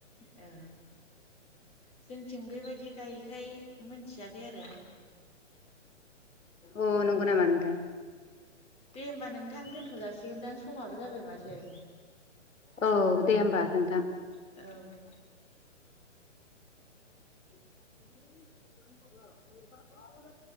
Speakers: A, on the left; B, on the left.
A: ओ जोंथिं बेबायदि गायैखाय मोन्थियाखै आरो
B: अ नंगौ नामा नोंथा?
A: दे होमबा नोंथां दोनथ' जासिगोनदां समाबो जाबाय माथो
B: औ दे होमबा नोंथां।
A: औ
B: <unintelligible> <unintelligible>